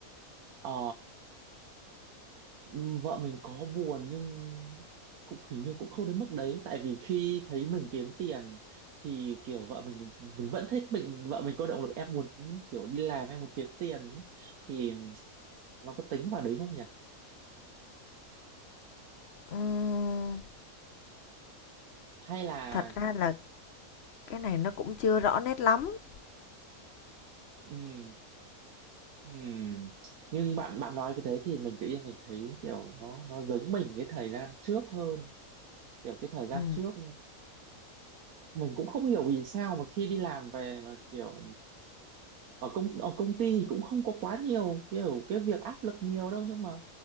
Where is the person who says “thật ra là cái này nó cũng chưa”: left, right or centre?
Left